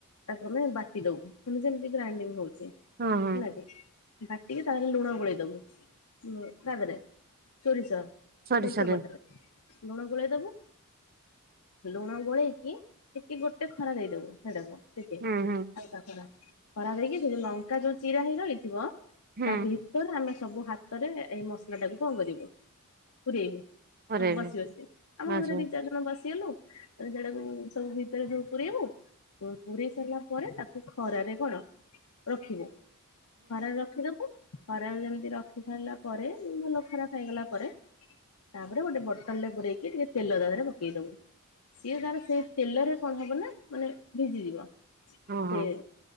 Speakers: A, on the left (about 75°); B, on the right (about 45°).
A: ତାକୁ ଆମେ ବାଟି ଦଉ ମାନେ ଯେମିତି ଗ୍ରାଇଡିଂ ହଉଛି ହେଲା
B: ହଁ ହଁ।
A: କି ବାଟ୍ ଟିକେ ତାହେଲେ ଲୁଣ ଗୋଳେଇଦବୁ ଉଁ ତା ଦେହରେ ସୋରିଷ
B: ସରି
A: ସୋରିଷ
B: ସରି
A: ବଟାରେ। ଲୁଣ ଗୋଳେଇ ଦବୁ ଲୁଣ ଗୋଳେଇକି ଟିକେ ଗୋଟେ ଖରା ଦେଇଦବୁ ହେଇଟାକୁ ଟିକେ
B: ହୁଁ ହୁଁ
A: ଆଉ <unintelligible> ଖରା ଦେଇକି ସେ ଯୋଉ ଲଙ୍କା ଯୋଉ ଚିରା ହେଇ ରହିଥିବ
B: ହୁଁ
A: ତା ଭିତରେ ଆମେ ସବୁ ହାତରେ ଏଇ ମସଲା ଟାକୁ କଣ କରିବୁ ପୁରେଇବୁ।
B: ପରେ
A: ହଁ
B: ଏବେ
A: ବସି ବସି ଆମ
B: ବାସ
A: ଘରେ ଦି ଚାର ଜ ଣ ବସିଗଲୁ ତାପରେ ସେଟାକୁ ସବୁ ଭିତରେ ସବୁ ପୁରେଇବୁୁ ପୁ ପୁରେଇ ସ ଇଲା ପରେ ତାକୁ ଖରାରେ କଣ ରଖିବୁ ଖରାରେ ରଖିଦବ ଖରାରେ ଯେମିତି ରଖି ସାରିଲା ପରେ ଭଲ ଖରା ଖାଇଗଲା ପରେ ତାପରେ ଗୋଟେ ବଟଲରେ ପୁରେଇକି ଟିକେ ତେଲ ତା ଦେହରେ ପକେଇ ଦବୁ। ସିଏ ତାର ସେଇ ତେଲରେ କଣ ହବ ନା ମାନେ ଭିଜିଯିବ।
B: ଓହୋ
A: ସେ
B: ହୁଁ